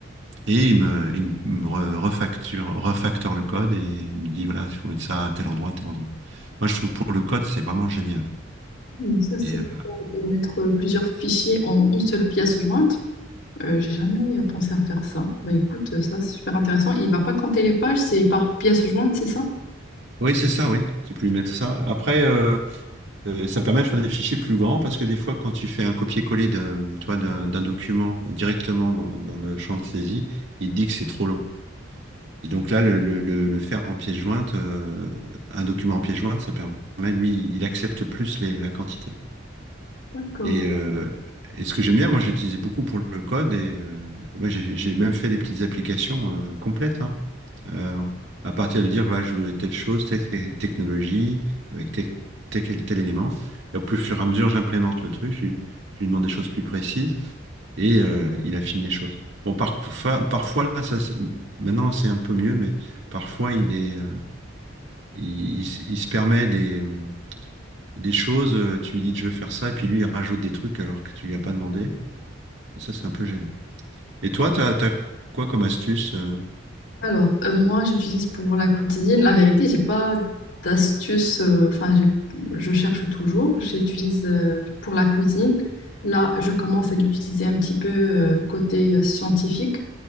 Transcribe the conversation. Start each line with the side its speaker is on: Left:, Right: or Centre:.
Right: Et il me, il me re- refacture, refactore le code et il me dit, voilà, il faut mettre ça à tel endroit, à tel endroit. Moi, je trouve pour le code, c'est vraiment génial.
Left: Hmm, Ça, c'est
Right: Et euh,
Left: de mettre plusieurs fichiers en une seule pièce jointe. Euh, j'ai jamais pensé à faire ça. Bah écoute, ça c'est super intéressant. Il va pas compter les pages, c'est par pièce jointe, c'est ça?
Right: Oui, c'est ça, oui. Tu peux lui mettre ça. Après, euh, euh, ça me permet de faire des fichiers plus grands parce que des fois, quand tu fais un copier-coller de, toi, d'un d'un document directement dans, dans le champ de saisie, il te dit que c'est trop long. Et donc là, le, le- le- le faire en pièce jointe, euh, un document en pièce jointe, ça permet, lui, il accepte plus les- la quantité.
Left: D'accord.
Right: Et, euh, et ce que j'aime bien, moi, j'ai utilisé beaucoup pour le code et euh, moi, j'ai j'ai même fait des petites applications euh, complètes, hein. Euh, à partir de dire, voilà, je voulais telle chose, telle telle technologie, avec tel, tel, quel- tel élément. Et au plus fur et à mesure, j'implémente le truc, je, lui je lui demande des choses plus précises et euh, il affine les choses. Bon, parfois, parfois là, ça, c'est- maintenant, c'est un peu mieux, mais parfois, il est, euh, il, il s- il se permet des, euh, des choses, euh, tu lui dis je veux faire ça, et puis lui il rajoute des trucs alors que tu lui as pas demandé. Et ça, c'est un peu gênant. Et toi, t'as, t'as quoi comme astuce? euh
Left: Alors, euh, moi, j'utilise pour la cuisine. La vérité, j'ai pas d'astuce. euh, Enfin, j'ai- je cherche toujours. J'utilise euh, pour la cuisine. Là, je commence à l'utiliser un petit peu euh, côté euh, scientifique.